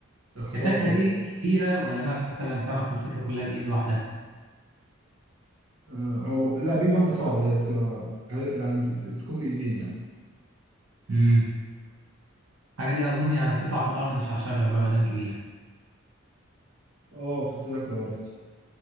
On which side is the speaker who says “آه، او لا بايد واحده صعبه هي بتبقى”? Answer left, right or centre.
Right